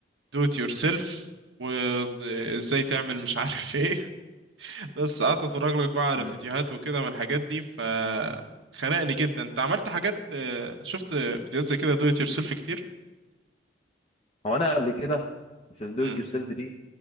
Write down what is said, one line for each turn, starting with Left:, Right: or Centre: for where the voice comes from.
Right: دو ات يور سيلف وازاي تعمل مش عارف ايه <laughs> بس قعدت اتفرج لك بقى على
Left: مم.
Right: فيديوهات وكده من الحاجات دي ف خنقني جدا انت عملت حاجات آه، شفت فيديوهات زي كده دو ات يور سيلف كتير
Left: هو انا قبل كده في الدو
Right: امم
Left: ات يور سيلف دي